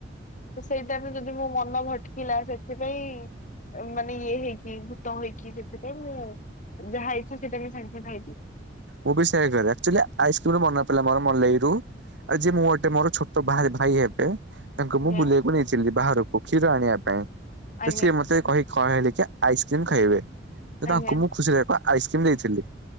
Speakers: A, on the left; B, on the right.
A: ତ ସେଇଟା ଯଦି ବି ମୁଁ ମ ଭଟକିଲା ସେଥିପାଇଁ ମାନେ ଇଏ ହେଇକି ଭୂତ ହେଇକି ସେଥିପାଇଁ ମ ଯାହା ଇଚ୍ଛା <inaudible> ହେଇଛି
B: ମୁଁ ବି ସେ କରେ ଅଛୁଆଲି ଆଇସ୍କ୍ରି ରୁ ମାନେ ପାଇଲା ମୋର ମଲେଇ ରୁ ଆଉ ଯ ମୁଁ ଗଟେ ମୋର ଛୋଟ ଭାଇ ହେବେ ତାଙ୍କୁ
A: ଆଜ୍ଞା
B: ମୁଁ ବୁଲିବାକୁ ନେଇଚି ଲି ବାହାରକୁ କ୍ଷୀର ଆଣିବା ପାଇଁ ତ
A: ଆଜ୍ଞା
B: ସିଏ ମତେ କହିି କଣ <inaudible> ଆଇସ୍କ୍ରିମ୍ ଖାଇବେ। ସେ
A: ଆଜ୍ଞା
B: ତାଙ୍କୁ ମୁଁ ଖୁସିରେ ବା ଆଇସ୍କ୍ରିମ ଦେଇଥିଲି